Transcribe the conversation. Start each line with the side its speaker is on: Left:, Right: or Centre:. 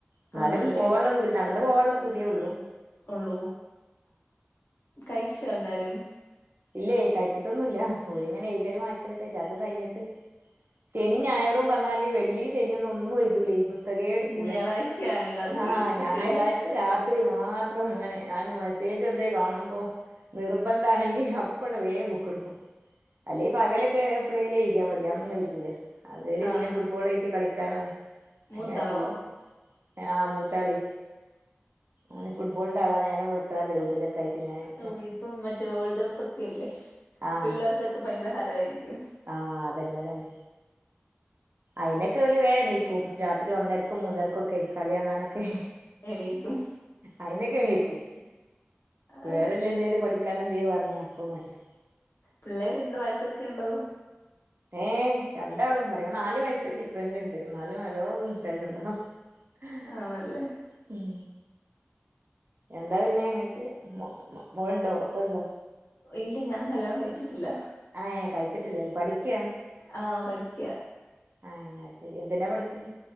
Right: എന്നാലും
Left: ആണല്ലേ
Right: പോവാനുള്ള ദൂരെം നടന്നു പോവാനുള്ള ദൂരേ ഉള്ളു
Left: ഉള്ളൂ കൈശോ എല്ലാരും
Right: ഇല്ലേ കഴിച്ചിട്ടൊന്നുമല്ല രിങ്ങനെ ഏതേരും വായക്കൊ കഴിഞ്ഞിട്ട് തനി ഞായറും പറഞ്ഞാല് വെള്ളി ശരിയൊന്ന ഒന്നും ആയിട്ടൂില്ലേ ഇപ്പ ത്തകേ എട്ക്കൂല.
Left: ഞായറാഴ്ചയാ എല്ലാർക്കും
Right: ആഹ്
Left: എഴുത്ത്
Right: ഞായറാഴ്ച
Left: ശരിയാ
Right: രാത്രി മാത്രം ഇങ്ങനെ ഞാന് മെസ്സേജ് എന്തേ കാണുമ്പോ നിർബന്ധ ആണെങ്കിൽ അപ്പ അപ്പണ് വേം ബുക്ക്ട്ക്കും അല്ലെ പകലൊക്കെ എപ്ളേലും എയ്ത്യാ അതൊന്നും എയ്തൂല പകൽ
Left: ആണ്
Right: പിന്നെ ഫുട്ബോൾ ആയിട്ട് കളിക്കാനോ
Left: മൂത്താളോ
Right: അങ്ങനെ പോവും ആഹ് മൂട്ടാളി ഓൻ ഫുട്ബോളിന്റെ ആളാ നേരം വെള്ത്താല് <unintelligible>
Left: ഓ ഇപ്പം മറ്റേ വേൾഡ് കപ്പൊക്കല്ലേ
Right: ആഹ്
Left: പിള്ളേർക്കൊക്കെ ഭയങ്കര ഹാരായിരിക്കും.
Right: ആഹ് അതന്നെ അതന്നെ ഐനൊക്കെ ഓല് വേണീക്കും. രാത്രി ഒന്നര്ക്കും മൂന്നര്ക്കൊക്കെ കള്യാണാനൊക്കെ
Left: എണീക്കും
Right: അയി എണീക്കും
Left: ആഹ്
Right: വേറെല്ല എന്തേലും പഠിക്കാനെന്തേ പർഞ്ഞാ അപ്പ മട്യാ.
Left: പിള്ളേര്ണ്ടോവയകോക്കേണ്ടോ?
Right: ഏഹ് രണ്ടാളും പറയും നാല് വയസ് ഡിഫറൻറ്ണ്ട് നാലും നല്ലോം <unintelligible>
Left: ആണല്ലേ
Right: ഉം എന്താ പിന്നെ ങ്ങക്ക് മോ മോ മോള്ണ്ടോ മക്കലിണ്ടോ
Left: ഇല്ല ഞാൻ കല്യാണം കഴിച്ചിട്ടില്ല.
Right: ഏഹ് കഴിച്ചിട്ടില്ല പഠിക്ക്യാ
Left: ആഹ് പഠിക്ക
Right: ആഹ് അത് ശെരി എന്തിനാ പഠിക്കണേ